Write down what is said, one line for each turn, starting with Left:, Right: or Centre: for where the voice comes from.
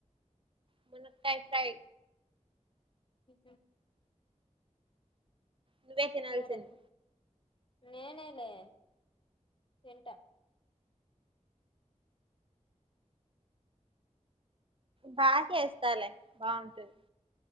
Right: మునక్కాయ్ ఫ్రై
Left: ఊహ్మ్మ్
Right: నువ్వేతినాల్సింది
Left: సరే నేనేలే తింట
Right: బా చేస్తాలే బాగుంటుంది